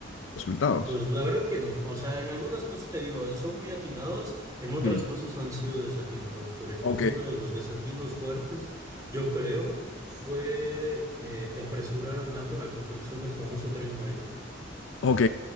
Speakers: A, on the left; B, on the right.
A: los resultados.
B: Pues la verdad que no. O sea, en algunas cosas te digo, son muy atinados, en otras
A: Sí.
B: cosas han sido desatinados. Por ejemplo,
A: Ok,
B: uno de los desatinos fuertes, yo creo, fue eh, que apresuraron tanto la construcción del famoso Tren Maya.
A: ok,